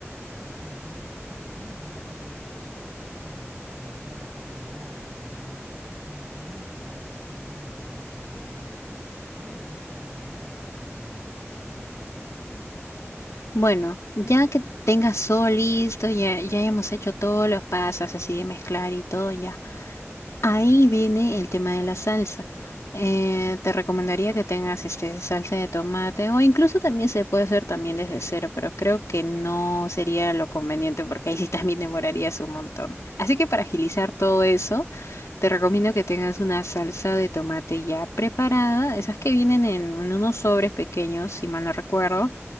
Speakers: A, on the right; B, on the left.
A: Entonces, después de tener todo esto y comenzar a hacer la masa y demás, imaginemos que ya pasó el día siguiente y ya está listo. ¿Qué debería seguir en esta receta de, para la pizza?
B: Bueno, ya que tengas todo listo, ya, ya hemos hecho todos los pasos así de mezclar y todo, ya. Ahí viene el tema de la salsa. Eh, te recomendaría que tengas este salsa de tomate o incluso también se puede hacer también desde cero, pero creo que no sería lo conveniente porque ahí sí también demorarías un montón. Así que para agilizar todo eso, te recomiendo que tengas una salsa de tomate ya preparada, esas que vienen en, en unos sobres pequeños, si mal no recuerdo,